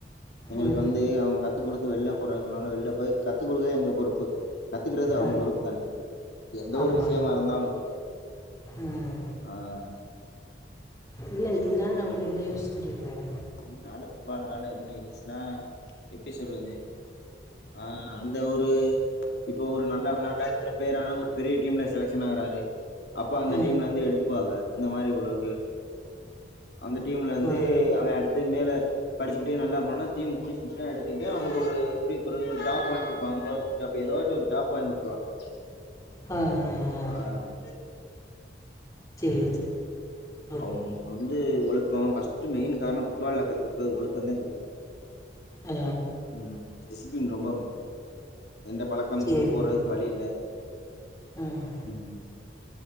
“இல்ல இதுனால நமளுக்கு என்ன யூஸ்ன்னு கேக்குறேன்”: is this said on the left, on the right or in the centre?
Left